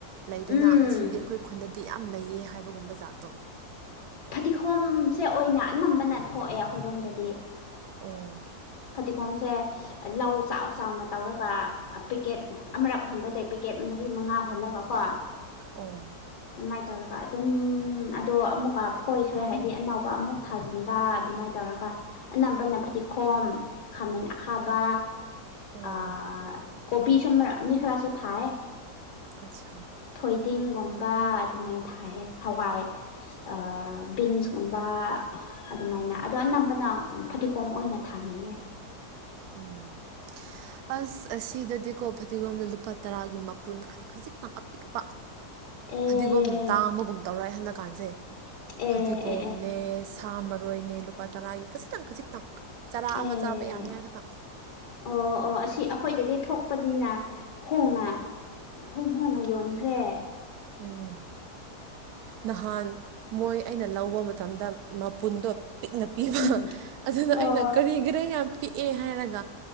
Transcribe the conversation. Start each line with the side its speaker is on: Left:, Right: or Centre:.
Right: ꯂꯩꯗꯅ
Left: ꯎꯝ
Right: ꯑꯁꯤꯗꯤ ꯑꯩꯈꯣꯏ ꯈꯨꯟꯗ ꯗꯤ ꯌꯥꯝ ꯂꯩꯌꯦ ꯍꯥꯏꯕꯒꯨꯝꯕ ꯖꯥꯠꯇꯣ
Left: ꯐꯗꯤꯈꯣꯝꯁꯦ ꯑꯣꯏꯅ ꯑꯅꯝꯕꯅ ꯊꯣꯛꯑꯦ ꯑꯩꯈꯣꯏꯔꯣꯝꯗꯗꯤ
Right: ꯑꯣ
Left: ꯐꯗꯤꯈꯣꯝꯁꯦ ꯂꯧ ꯆꯥꯎ ꯆꯥꯎꯅ ꯇꯧꯔꯒ ꯑ ꯄꯦꯛꯀꯦꯠ ꯑꯃꯔꯛ ꯍꯣꯟꯕꯗꯩ ꯄꯦꯀꯦꯠ ꯃꯔꯤ ꯃꯉꯥ ꯍꯨꯜꯂꯒ ꯀꯣ
Right: ꯑꯣ
Left: ꯑꯗꯨꯃꯥꯏ ꯇꯧꯔꯒ ꯑꯗꯨꯝ ꯑꯗꯣ ꯑꯃꯨꯛꯀ ꯐꯣꯏꯈ꯭ꯔꯦ ꯍꯥꯏꯗꯤ ꯑꯅꯧꯕ ꯑꯃꯨꯛ ꯊꯥꯖꯤꯟꯕ ꯑꯗꯨꯃꯥꯏ ꯇꯧꯔꯒ ꯑꯅꯝꯕꯅ ꯐꯗꯤꯈꯣꯝ ꯈꯃꯦꯟ ꯍꯥꯕ
Right: ꯑꯣ
Left: ꯑꯥ ꯀꯣꯕꯤꯁꯨ ꯃꯔꯛ ꯃꯤ ꯈꯔꯁꯨ ꯊꯥꯏ
Right: ꯑꯠꯆꯥ
Left: ꯊꯣꯏꯗꯤꯡꯒꯨꯝꯕ ꯑꯗꯨꯃꯥꯏꯅ ꯊꯥꯏꯌꯦ ꯍꯋꯥꯏ ꯑꯥ ꯕꯤꯟꯁꯀꯨꯝꯕ ꯑꯗꯨꯃꯥꯏꯅ ꯑꯗꯣ ꯑꯅꯝꯕꯅ ꯐꯗꯤꯒꯣꯝ ꯑꯣꯏꯅ ꯊꯥꯅꯩꯌꯦ꯫
Right: ꯎꯝ ꯑꯁ ꯑꯁꯤꯗꯗꯤꯀꯣ ꯐꯗꯤꯒꯣꯝꯅ ꯂꯨꯄꯥ ꯇꯔꯥꯒꯤ ꯃꯄꯨꯟ ꯈꯔ ꯈꯖꯤꯛꯇ ꯑꯥꯄꯤꯛꯄ꯫
Left: ꯑꯦ
Right: ꯐꯗꯤꯒꯣꯝ ꯇꯥꯃꯒꯨꯝ꯫ ꯇꯧꯔꯣꯏꯑꯦ ꯍꯟꯗꯛ ꯀꯥꯟꯖꯤ꯫
Left: ꯑꯦ
Right: ꯐꯗꯤꯒꯣꯝ
Left: ꯑꯦ ꯑꯦ
Right: ꯅꯦꯁ꯫ ꯊ ꯃꯔꯣꯏꯅꯦ ꯂꯨꯄꯥ ꯇꯔꯥꯒꯤ ꯈꯖꯤꯛꯇꯪ ꯈꯖꯤꯛꯇꯪ꯫ ꯆꯔꯥ ꯑꯃ
Left: ꯑꯦ
Right: ꯆꯥꯕ ꯌꯥꯅꯤ ꯍꯥꯏ ꯈꯇꯪ꯫
Left: ꯑꯣ ꯑꯣ ꯑꯁꯤ ꯑꯩꯈꯣꯏꯗꯗꯤ ꯊꯣꯛꯄꯅꯤꯅ ꯍꯣꯡꯅ ꯍꯣꯡ ꯍꯣꯡꯅ ꯌꯣꯟꯈ꯭ꯔꯦ꯫
Right: ꯎꯝ ꯅꯍꯥꯟ ꯃꯣꯏ ꯑꯩꯅ ꯂꯧꯕ ꯃꯇꯝꯗ ꯃꯄꯨꯟꯗꯣ꯫ ꯄꯤꯛꯅ ꯄꯤꯕ
Left: ꯎꯝ
Right: ꯑꯗꯨꯅ
Left: ꯑꯣ
Right: ꯑꯩꯅ ꯀꯔꯤꯒꯤꯔ ꯌꯥꯝ꯫ ꯄꯤꯛꯑꯦ ꯍꯥꯏꯔꯒ꯫